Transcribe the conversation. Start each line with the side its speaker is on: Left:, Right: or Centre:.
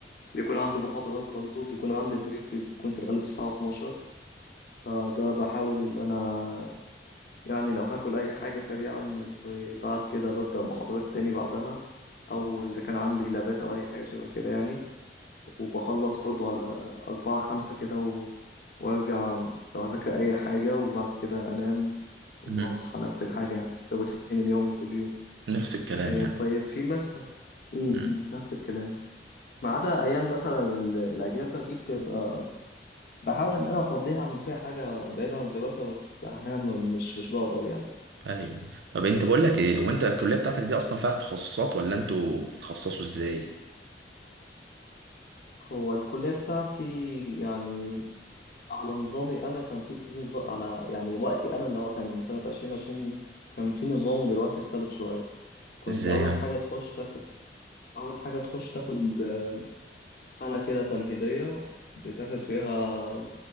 Left: بيكون عندي محاضرات برضه بيكون عندي بريك بيكون في الغالب الساعة 12 فده بحاول إن أنا يعني لو هاكل أي حاجة سريعا وبعد كده ببدأ محاضرات تاني بعدها أو إذا كان عندي لابات أو أي حاجة شبه كده يعني وبخلص برضه على أربعة خمسة كده و... وأرجع لو أذاكر أي حاجة وبعد كده أنام وأصحى
Right: مم.
Left: نفس الحاجة يعني روتين اليومي كل يوم
Right: نفس الكلام
Left: آه،
Right: يعني
Left: طيب في مثلا م-
Right: مم.
Left: م، نفس الكلام ما عدا ايام مثلا ال- الاجازه دي بتبقى بحاول ان انا افضيها اعمل فيها حاجه بعيده عن الدراسه بس احيانا م- مش مش بقدر يعني
Right: ايوه طب انت بقول لك ايه وانت الكليه بتاعتك دي اصلا فيها تخصصات ولا انتوا بتتخصصوا ازاي
Left: هو الكليه بتاعتي يعني على نظامي انا كان في نظام على يعني وقتي انا اللي هو كان سنه 2020 كان في نظام ودلوقتي اختلف شويه كنت
Right: ازاي
Left: اول
Right: يعني
Left: حاجه تخش تاخد اول حاجه تخش تاخد سنه كده تمهيديه بتاخد فيها